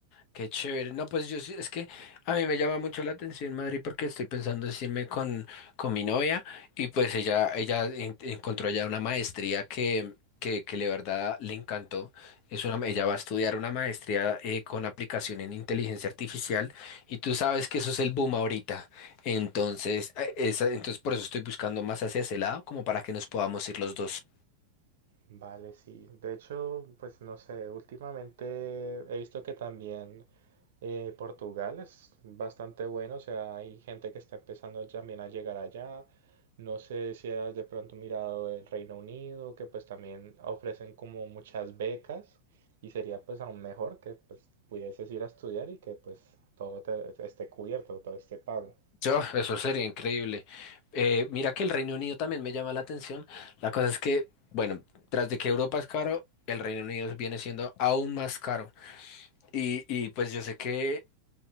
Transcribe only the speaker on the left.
Qué chévere. No, pues yo sí- es que a mí me llama mucho la atención Madrid porque estoy pensando en irme con, con mi novia y pues ella, ella en- encontró allá una maestría que, que, que de verdad le encantó. Es una, ella va a estudiar una maestría eh, con aplicación en inteligencia artificial y tú sabes que eso es el boom ahorita. Entonces, eh, esa- entonces por eso estoy buscando más hacia ese lado como para que nos podamos ir los dos.
Oh, eso sería increíble. Eh, mira que el Reino Unido también me llama la atención. La cosa es que, bueno, tras de que Europa es caro, el Reino Unido viene siendo aún más caro. Y, y pues yo sé que